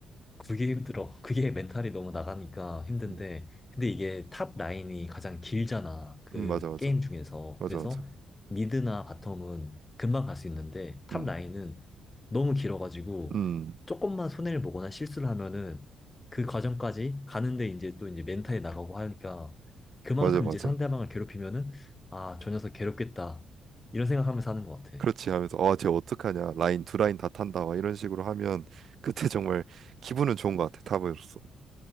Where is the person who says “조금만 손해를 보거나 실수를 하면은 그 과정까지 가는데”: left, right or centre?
Left